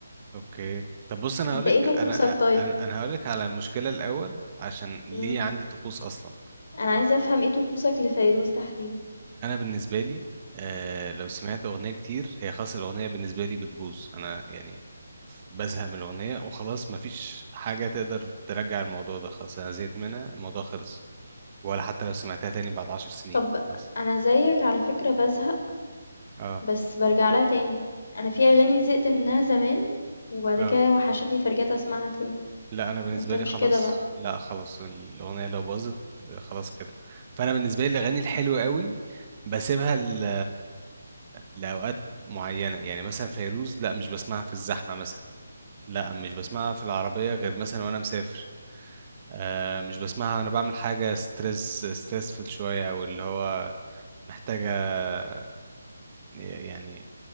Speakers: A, on the right (about 25°); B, on the left (about 60°).
A: اوكي طب بص انا
B: انت
A: هقولك
B: ايه طقوسك
A: انا
B: طيب
A: انا انا هقولك على المشكله الاول عشان ليه
B: امم
A: عندي طقوس اصلا
B: انا عايزه افهم ايه طقوسك لفيروز تحديدا
A: انا بالنسبه لي آه لو سمعت اغنيه كتير هي خلاص الاغنيه بالنسبه لي بتبوظ انا يعني ف- بزهق من الاغنيه وخلاص مفيش حاجه تقدر ترجع الموضوع ده خلاص انا زهقت منها الموضوع خلص ولا حتى لو سمعتها تاني بعد عشر سنين
B: طب
A: خلاص
B: انا زيك على فكره بزهق
A: اه
B: بس بارجع لها تاني انا في اغاني زهقت منها زمان وبعد
A: اه
B: كده وحشتني فرجعت اسمعها تاني
A: لا انا بالنسبه
B: انت مش
A: لي خلاص
B: كده بقى
A: لا خلاص الاغنيه لو باظت آه، خلاص كده فانا بالنسبه لي الاغاني الحلوه قوي بسيبها ل- لاوقات معينه يعني مثلا فيروز لا مش بسمعها في الزحمه مثلا لا مش بسمعها في العربيه غير مثلا وانا مسافر آه، مش بسمعها وانا بعمل حاجه ستريس ستريسفل شويه او اللي هو محتاجه آه، يعني